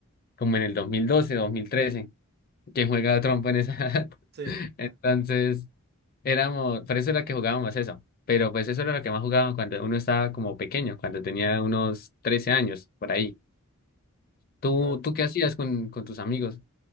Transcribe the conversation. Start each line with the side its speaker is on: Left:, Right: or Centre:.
Left: como en el 2012, 2013, quien juega trompo en esa edad.
Right: Sí,
Left: <laughs> Entonces
Right: ah,
Left: éramos, por eso era que jugábamos eso. Pero pues eso era lo que más jugaban cuando uno estaba como pequeño, cuando tenía unos 13 años, por ahí. ¿Tú,
Right: vale.
Left: tú qué hacías con, con tus amigos?